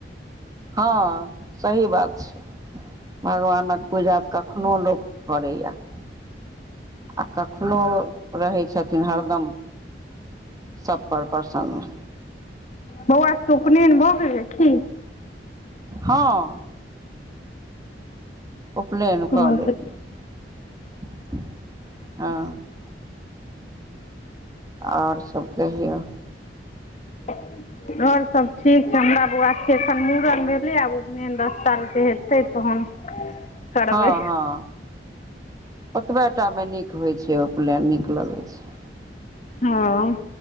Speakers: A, on the right; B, on the left.
A: हँ सही बात छै भगवानक पूजा क कखनो लोक करे यैंए आ कखनो रहै छथिन हरदम सब पर बर्षा नु
B: बौआ सभके उपनयन भऽ गेलै की।
A: हँ उपलैन
B: तहन
A: क लेतय
B: तऽ
A: दऐ हँ। आओर सभ केहियौ।
B: <inaudible> आओर सब ठीक छै, हमरा बौआके एखन मूड़न भेलैय, आब उपनयन दस सालके हेतै तहन
A: <inaudible>
B: करबै
A: हँ-हँ ओतबे टा मे नीक होइ छै उपलैन, नीक लगै छै।
B: हँ